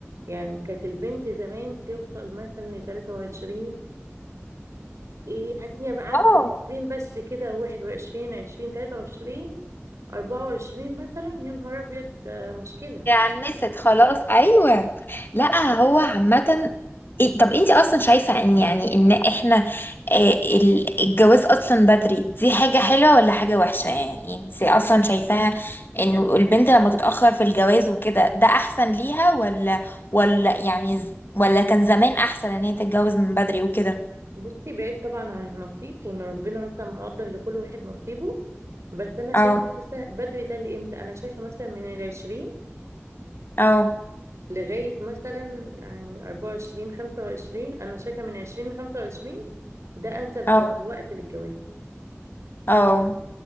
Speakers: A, on the right; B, on the left.
A: يعني كانت البنت زمان توصل مثلا ل 23 إيه يعني هي بقى عدت
B: اه
A: ال 20 بس كده 21 20 23 24 مثلا يا نهار ابيض ده مشكله
B: عنست خلاص ايوه لا هو عامه إيه- طب انت اصلا شايفه ان يعني ان احنا آه، ال- الجواز اصلا بدري دي حاجه حلوه ولا حاجه وحشه يعني انت اصلا شايفاها ان البنت لما تتاخر في الجواز وكده ده احسن ليها ولا ولا يعني ز- ولا كان زمان احسن ان هي تتجوز من بدري وكده
A: بصي بعيد طبعا عن النصيب وان ربنا مثلا مقدر لكل واحد نصيبه بس انا شايفه
B: اه
A: مثلا بدري ده لامتى انا شايفه مثلا من العشرين
B: اه
A: لغايه مثلا يعني اربعة وعشرين خمسة وعشرين انا شايفه من عشرين لخمسة وعشرين ده انسب
B: اه
A: وقت للجواز
B: اه